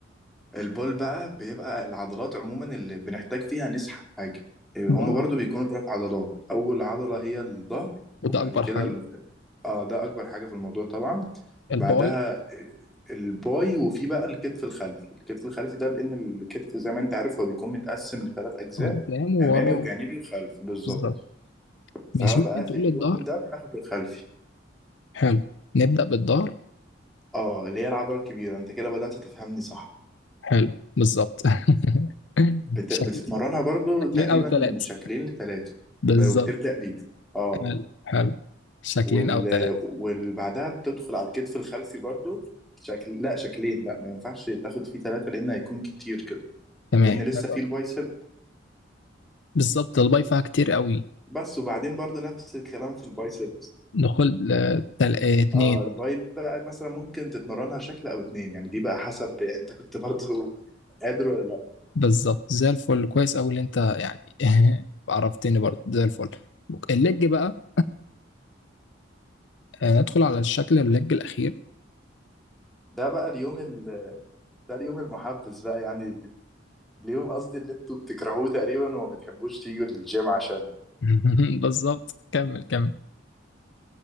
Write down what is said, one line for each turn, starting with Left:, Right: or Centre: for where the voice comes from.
Centre: البول بقى بيبقى العضلات عموما اللي بنحتاج فيها نسحب حاجه هما
Left: ظهر
Centre: برضو بيكونوا ثلاث عضلات اول عضله هي الظهر
Left: وده
Centre: وبعد
Left: أكبر
Centre: كده
Left: حاجة
Centre: ال... اه ده اكبر حاجه في الموضوع طبعا
Left: الباي
Centre: بعدها الباي وفي بقى الكتف الخلفي الكتف الخلفي ده لان الكتف زي ما انت عارف هو بيكون متقسم لثلاث اجزاء
Left: قدام وورا
Centre: امامي وجانبي وخلفي بالظبط
Left: بالظبط
Centre: فهو
Left: ماشي
Centre: بقى
Left: ممكن
Centre: في
Left: تقول
Centre: اليوم
Left: الظهر
Centre: ده بناخد الخلفي
Left: حلو نبدأ بالظهر
Centre: اه اللي هي العضلة الكبيرة انت كده بدأت تفهمني صح
Left: حلو بالظبط <laughs>
Centre: بت...
Left: شكل
Centre: بتتمرنها برضو
Left: شكلين
Centre: تقريبا
Left: أو ثلاثة
Centre: شكلين لتلاتة
Left: بالظبط
Centre: ب... وبتبدأ بيه اه
Left: حلو حلو شكلين
Centre: وال...
Left: أو ثلاثة
Centre: والبعدها بتدخل على الكتف الخلفي برضو شكل لا شكلين لا ما ينفعش تاخد فيه تلاتة لأن هيكون كتير كده
Left: تمام
Centre: لأن لسه
Left: حلو
Centre: فيه البايسب
Left: بالظبط الباي فيها كتير قوي
Centre: بس وبعدين برضو نفس الكلام في البايسب
Left: دخول آه، تل... آه، اتنين
Centre: اه الباي بقى مثلا ممكن تتمرنها شكل أو اتنين يعني دي بقى حسب انت كنت برضو قادر ولا لا
Left: بالظبط زي الفل كويس أوي اللي أنت يعني <laughs> عرفتني برضه زي الفل الليج بقى آه، ندخل على الشكل الليج الأخير
Centre: ده بقى اليوم ده اليوم المحبس بقى يعني اليوم قصدي اللي انتوا بتكرهوه تقريبا وما بتحبوش تيجوا للجيم عشانه
Left: <laughs> بالظبط كمل كمل